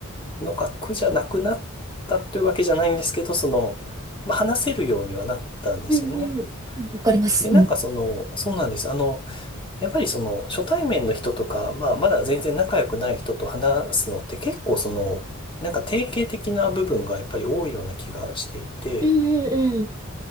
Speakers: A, on the left (about 25°); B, on the right (about 15°).
A: のが苦じゃなくなったというわけじゃないんですけど、その、まあ話せるようにはなったんですよね。
B: うんうん。わかります。
A: で、なんかその、
B: うん。
A: そうなんです。あの、やっぱりその初対面の人とか、まあまだ全然仲良くない人と話すのって結構その、なんか定型的な部分がやっぱり多いような気がしていて、
B: うんうんうん。